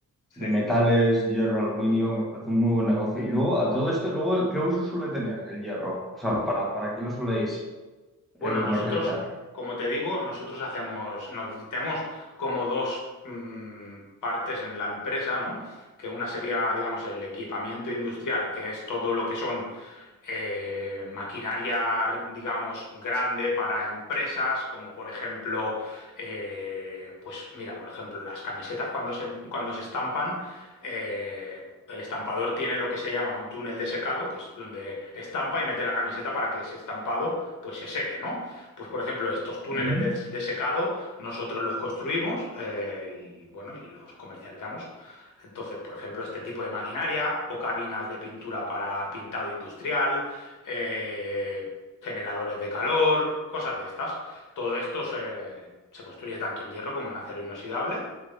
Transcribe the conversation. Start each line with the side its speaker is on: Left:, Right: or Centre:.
Left: Sí.
Centre: de metales, hierro, aluminio, me parece un muy buen negocio. Y luego, a todo esto, luego, ¿qué uso suele tener el hierro? O sea, ¿para, para qué lo soléis
Left: Bueno,
Centre: eh, comercializar?
Left: nosotros, como te digo, nosotros hacemos, nos tenemos como dos mm, partes en la empresa, ¿no? Que una sería, digamos, el equipamiento industrial, que es todo lo que son eh, maquinaria, digamos, grande para empresas, como por ejemplo, eh, pues mira, por ejemplo, las camisetas cuando se, cuando se estampan eh, el estampador tiene lo que se llama un túnel de secado, que es donde estampa y mete la camiseta para que ese estampado pues se seque, ¿no? Pues por ejemplo, estos túneles
Centre: Ujú,
Left: de, de secado nosotros los construimos eh, y bueno, y los comercializamos. Entonces, por ejemplo, este tipo de maquinaria o cabinas de pintura para pintado industrial, eh, generadores de calor, cosas de estas. Todo esto se, se construye tanto en hierro como en acero inoxidable